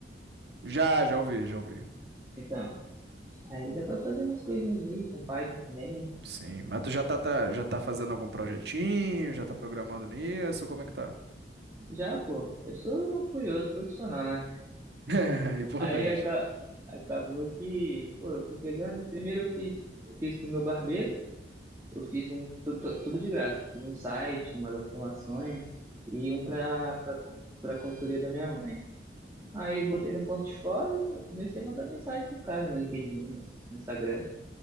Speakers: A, on the right (about 75°); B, on the right (about 15°).
A: Já, já ouvi, já ouvi.
B: então, aí dá pra fazer umas coisinhas aí com Python também.
A: Sim, mas tu já tá, tá- já tá fazendo algum projetinho? Já tá programando nisso? Como é que tá?
B: Já, pô, eu sou um curioso profissional, né?
A: <laughs> É, importante.
B: Aí aca- acabou que, pô, eu fui pegando, primeiro eu fiz, eu fiz pro meu barbeiro, eu fiz um tudo, tudo de graça. Fiz um site, umas automações e um para para consultoria da minha mãe. Aí botei no portfólio, mano, comecei a mandar mensagem pros caras no LinkedIn, no no Instagram.